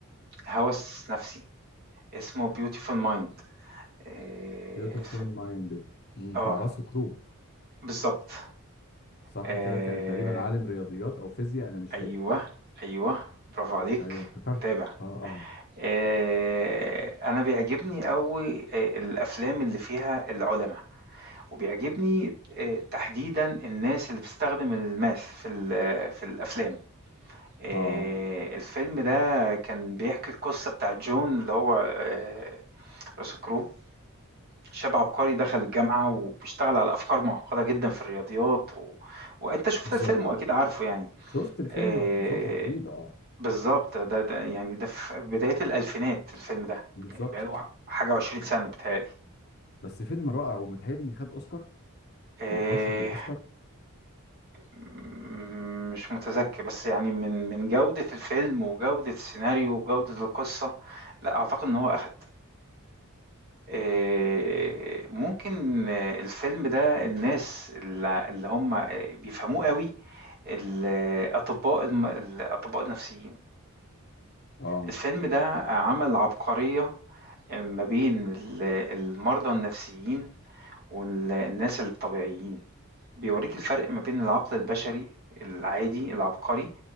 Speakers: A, on the right (about 45°); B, on the left (about 45°).
A: هَوَس نَفْسي، اسمه Beautiful Mind آآ،
B: بيوتيفول
A: الف
B: مايند بتاع
A: آه،
B: راس كرو
A: بالضبط
B: صح
A: آآ،
B: كده كان تقريبا عالم رياضيات أو فيزياء أنا مش
A: أيوه،
B: فاكر
A: أيوه، برافو عليك،
B: أيوه افتكرته
A: متابع.
B: أه أه
A: آآ، أنا بيعجبني أوي آآ، الأفلام اللي فيها العُلَما. وبيعجبني آه، تحديدًا الناس اللي بتستخدم الماث في ال في الأفلام. آآ
B: أه
A: الفيلم ده كان بيحكي القصة بتاعة جون اللي هو آآ russell crowe شاب عبقري دخل الجامعة وبيشتغل على أفكار معقدة جدًا في الرياضيات و وأنت شُفت
B: بالظبط
A: الفيلم وأكيد عارفه يعني.
B: شفت الفيلم
A: آآ
B: من فترة طويلة اه
A: بالضبط. ده ده يعني ده في بدايات الألفينات الفيلم ده،
B: بالظبط
A: يعني بقى له ح حاجة و20 سَنة بيتهيأ لي.
B: بس فيلم رائع ومتهيألي خد أوسكار
A: آآ
B: أو ترشح للأوسكار
A: مم، مش متذكر بس يعني من من جودة الفيلم وجودة السيناريو وجودة القصة لا أعتقد إن هو أخد آه، ممكن آه، الفيلم ده الناس اللي اللي هم آه، بيفهموه قوي الأطباء الم- الأطباء النفسيين
B: اه
A: الفيلم ده عمل عبقرية ما بين ال- المرضى النفسيين والناس الطبيعيين بيوريك الفرق ما بين العقل البشري العادي العبقري